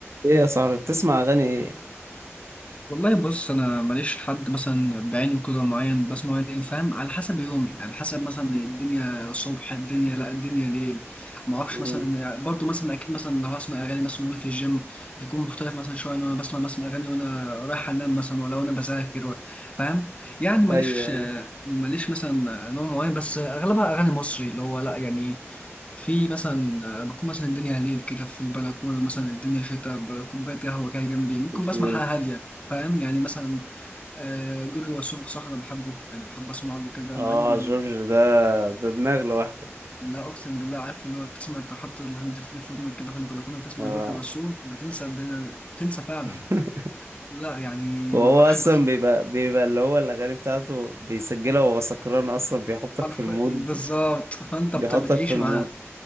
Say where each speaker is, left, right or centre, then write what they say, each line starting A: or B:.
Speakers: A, on the right; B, on the left.
A: ايه يا صاحبي بتسمع اغاني ايه
B: والله بص انا ماليش حد مثلا بعينه كده معين بسمعه يعني فاهم على حسب يومي على حسب مثلا الدنيا صبح الدنيا لا الدنيا ليل ما اعرفش
A: مم.
B: مثلا برضو مثلا اكيد مثلا لو هسمع اغاني مثلا وانا في الجيم هيكون مختلف مثلا شويه ان انا بسمع مثلا اغاني وانا رايح انام مثلا ولا وانا بذاكر ولا- فاهم يعني ماليش
A: ايوه ايوه
B: ماليش مثلا نوع معين بس اغلبها اغاني مصري اللي هو لا يعني في مثلا بكون مثلا الدنيا ليل كده في البلكونه مثلا الدنيا شتاء كوبايه قهوه كده جنبي ممكن
A: اديني
B: بسمع حاجه هاديه فاهم يعني مثلا آه، جورج وسوف بصراحة أنا بحبه يعني بحب أسمع له كده
A: اه
B: مع إنه
A: جورج ده ده دماغ لوحده
B: لا أقسم بالله عارف اللي هو تسمع أنت حاطط الهاند فري في ودنك كده في البلكونة بتسمع
A: اه
B: جورج وسوف بتنسى الدنيا بتنسى فعلا
A: <laughs>
B: لا يعني
A: وهو
B: ما أعرفش
A: اصلا
B: مثلا
A: بيبقى بيبقى اللي هو الاغاني بتاعته بيسجلها وهو سكران اصلا بيحطك
B: عارف
A: في المود
B: بالظبط فأنت
A: بيحطك
B: بت- بتعيش
A: في المود
B: معاه